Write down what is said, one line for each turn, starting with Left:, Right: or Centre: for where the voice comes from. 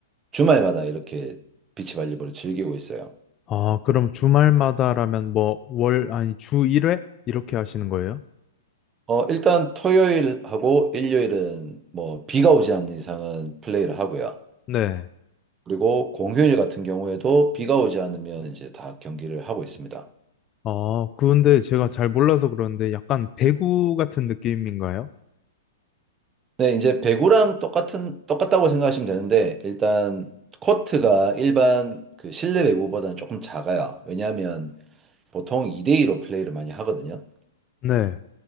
Right: 주말마다 이렇게 비치발리볼을 즐기고 있어요.
Left: 아, 그럼 주말마다라면 뭐 월, 아니 주 1회? 이렇게 하시는 거예요?
Right: 어, 일단 토요일하고 일요일은 뭐 비가 오지 않는 이상은 플레이를 하고요.
Left: 네.
Right: 그리고 공휴일 같은 경우에도 비가 오지 않으면 이제 다 경기를 하고 있습니다.
Left: 아, 그런데 제가 잘 몰라서 그러는데 약간 배구 같은 느낌인가요?
Right: 네, 이제 배구랑 똑같은, 똑같다고 생각하시면 되는데, 일단, 코트가 일반 그 실내 배구보다는 조금 작아요. 왜냐하면 보통 2대2로 플레이를 많이 하거든요.
Left: 네.